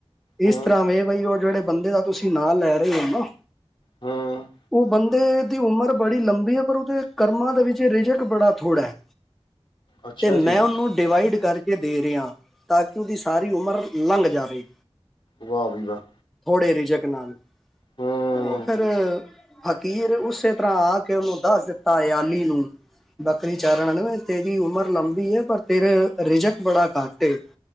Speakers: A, on the left; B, in the centre.
A: ਹੂੰ,
B: ਇਸ ਤਰ੍ਹਾਂ ਵੇ ਬਈ ਉਹ ਜਿਹੜੇ ਬੰਦੇ ਦਾ ਤੁਸੀਂ ਨਾਂ ਲੈ ਰਹੇ ਹੋ ਨਾ।
A: ਹੂੰ,
B: ਉਹ ਬੰਦੇ ਦੀ ਉਮਰ ਬੜੀ ਲੰਬੀ ਹੈ ਪਰ ਉਹਦੇ ਕਰਮਾਂ ਦੇ ਵਿੱਚ ਰਿਜਕ ਬੜਾ ਥੋੜ੍ਹਾ ਹੈ।
A: ਅੱਛਾ
B: ਤੇ ਮੈਂ
A: ਜੀ,
B: ਉਹਨੂੰ ਡਿਵਾਈਡ ਕਰ ਇਹ ਦੇ ਰਿਹਾ ਤਾਂ ਕਿ ਉਹਦੀ ਸਾਰੀ ਉਮਰ ਲੰਘ ਜਾਵੇ।
A: ਵਾਹ ਬਈ ਵਾਹ-
B: ਬੜੇ ਰਿਜਕ ਨਾਲ
A: ਹੂੰ,
B: ਉਹ ਫੇਰ ਫ਼ਕੀਰ ਉਸੇ ਤਰ੍ਹਾਂ ਆ ਕੇ ਉਹਨੂੰ ਦੱਸ ਦਿੱਤਾ ਅਯਾਲੀ ਨੂੰ ਬੱਕਰੀ ਚਾਰਨ ਆਲੇ ਨੇ ਤੇਰੀ ਉਮਰ ਲੰਬੀ ਹੈ ਪਰ ਤੇਰੇ ਰਿਜਕ ਬੜਾ ਘੱਟ ਏ